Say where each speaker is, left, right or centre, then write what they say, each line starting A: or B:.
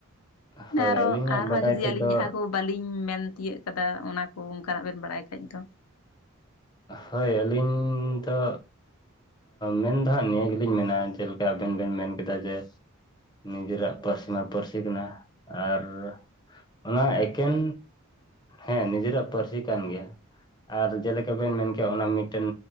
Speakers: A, on the left; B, on the left.
A: ᱦᱳᱭ
B: ᱟᱨᱚ
A: ᱟᱹᱞᱤᱧᱟᱜ
B: ᱟᱨᱦᱚᱸ
A: ᱵᱟᱰᱟᱭ
B: ᱡᱩᱫᱤ
A: ᱛᱮᱫᱚ
B: ᱟᱹᱞᱤᱧ ᱡᱟᱦᱟᱸ ᱠᱚ ᱵᱟᱹᱞᱤᱧ ᱢᱮᱱ ᱛᱤᱭᱳᱜ ᱠᱟᱫᱟ ᱚᱱᱟ ᱠᱚ ᱚᱱᱠᱟᱱᱟᱜ ᱵᱮᱱ ᱵᱟᱲᱟᱭ ᱠᱷᱟᱡ ᱫᱚ
A: ᱦᱳᱭ ᱟᱹᱞᱤᱧ ᱫᱚ ᱢᱮᱱ ᱫᱚ ᱦᱟᱸᱜ ᱱᱤᱭᱟᱹ ᱜᱮᱞᱤᱧ ᱢᱮᱱᱟ ᱡᱮᱞᱮᱠᱟ ᱟᱵᱮᱱ ᱵᱮᱱ ᱢᱮᱱ ᱠᱮᱫᱟ ᱡᱮ ᱱᱤᱡᱮᱨᱟᱜ ᱯᱟᱹᱨᱥᱤᱢᱟ ᱯᱟᱹᱨᱥᱤ ᱠᱟᱱᱟ ᱟᱨ ᱚᱱᱟ ᱮᱠᱮᱱ ᱦᱮᱸ ᱱᱤᱡᱮᱨᱟᱜ ᱯᱟᱹᱨᱥᱤ ᱠᱟᱱ ᱜᱮᱭᱟ ᱟᱨ ᱡᱮᱞᱮᱠᱟ ᱵᱮᱱ ᱢᱮᱱ ᱠᱮᱭᱟ ᱚᱱᱟ ᱢᱤᱫᱴᱮᱱ